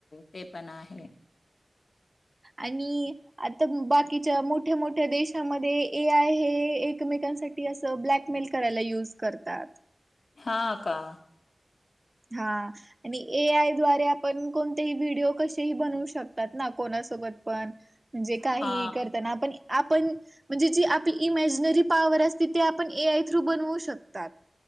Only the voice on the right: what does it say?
आणि आता बाकीच्या मोठ्या मोठ्या देशामध्ये एआय हे आहे एकमेक <unintelligible> असं ब्लॅकमिल करायला युज करतात.
हा आणि ए आय द्वारे आपण कोणतेही व्हिडिओ कसेही बनवु शकतात ना कोणासोबत पण, म्हणजे काहीही
करताना आपण आपण म्हणजे जी आपली इमॅजिनरी पॉवर असते ते आपण ए आय थ्रू बनवू शकतात.